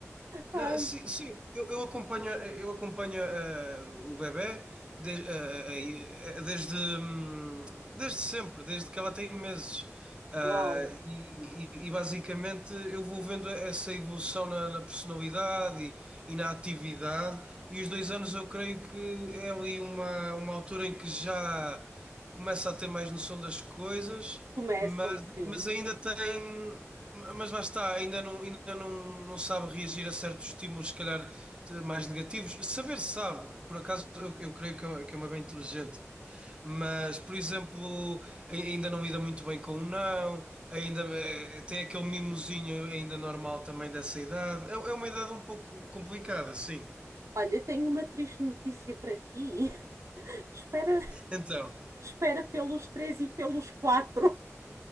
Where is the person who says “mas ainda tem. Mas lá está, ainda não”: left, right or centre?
Right